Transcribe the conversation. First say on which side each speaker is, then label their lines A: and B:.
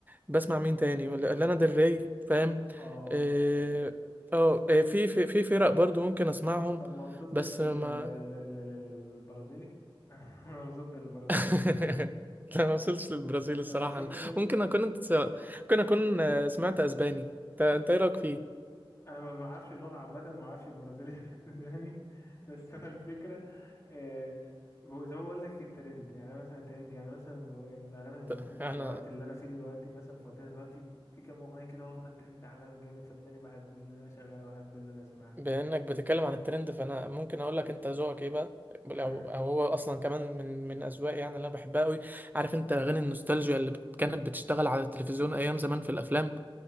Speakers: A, on the right; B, on the left.
A: بسمع مين تاني لانا ديل ري فاهم
B: اه
A: اه آه، آه، في في في فرق برضو ممكن اسمعهم
B: طب ما وصلتش
A: بس
B: لل...
A: ما
B: لل... لل... للبرازيلي <laughs> ما وصلت للبرازيلي
A: <laughs> لا ما وصلتش للبرازيل الصراحة
B: انا عشان
A: أنا
B: كده لسه
A: ممكن أكون انت ممكن أكون آه، سمعت أسباني انت إنت إيه رأيك فيه؟
B: انا ما بعرفش اللغه عامه ما بعرفش البرازيلي <laughs> الاسباني بس هو الفكره آه، ب- زي ما بقول لك الترند يعني مثلا الترند يعني مثلا البر- الاغاني البرازيلي
A: <laughs> أنا
B: في الوقت اللي انا فيه دلوقتي مثلا في وقتنا دلوقتي في كام اغنيه كده واخده الترند عالمي جامد فتلاقيني بحب اللي انا اشغلها واحب اللي انا اسمعها
A: بانك بتتكلم عن الترند فانا ممكن اقول لك انت ذوقك ايه بقى لو
B: أمم.
A: او هو اصلا كمان من من اذواقي يعني اللي انا بحبها قوي عارف انت اغاني النوستالجيا اللي بت- كانت بتشتغل على التلفزيون ايام زمان في الافلام